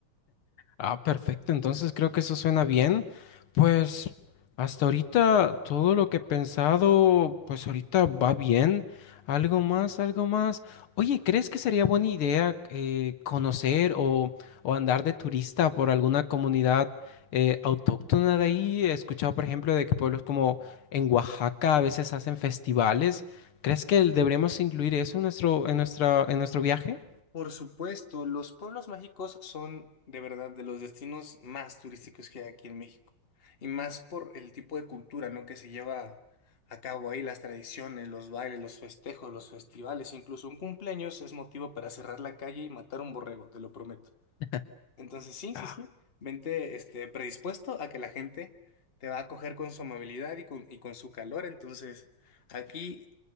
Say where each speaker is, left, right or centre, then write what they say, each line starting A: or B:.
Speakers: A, on the left (about 75°); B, on the left (about 30°).
A: Ah, perfecto. Entonces creo que eso suena bien. Pues hasta ahorita todo lo que he pensado, pues ahorita va bien. Algo más, algo más. Oye, ¿crees que sería buena idea eh, conocer o, o andar de turista por alguna comunidad eh, autóctona de ahí? He escuchado, por ejemplo, de que pueblos como en Oaxaca a veces hacen festivales. ¿Crees que deberíamos incluir eso en nuestro, en nuestra, en nuestro viaje?
B: Por supuesto, los pueblos mágicos son de verdad de los destinos más turísticos que hay aquí en México. Y más por el tipo de cultura, ¿no? que se lleva a cabo ahí, las tradiciones, los bailes, los festejos, los festivales, incluso un cumpleaños es motivo para cerrar la calle y matar un borrego, te lo prometo.
A: <laughs>
B: Entonces, sí, sí,
A: Ah,
B: sí. Vente, este, predispuesto a que la gente te va a acoger con su amabilidad y con, y con su calor. Entonces, aquí